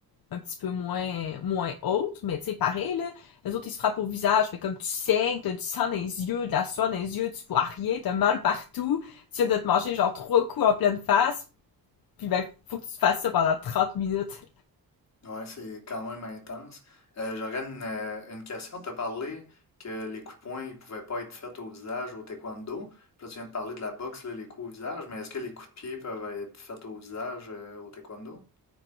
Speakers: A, on the left; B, on the left.
A: un petit peu moins, moins haute. Mais tu sais, pareil, là, les autres, ils se frappent au visage. Mais comme tu saignes, t'as du sang dans les yeux, de la soie dans les yeux, tu vois rien, t'as mal partout. Tu viens de te manger, genre, trois coups en pleine face. Puis ben, faut que tu fasses ça pendant 30 minutes.
B: Ouais, c'est quand même intense. Euh, j'aurais une, euh, une question. Tu as parlé que les coups de poing ils pouvaient pas être faits au visage au taekwondo. Puis là, tu viens de parler de la boxe, là, les coups au visage, mais est-ce que les coups de pied peuvent être faits au visage euh, au taekwondo?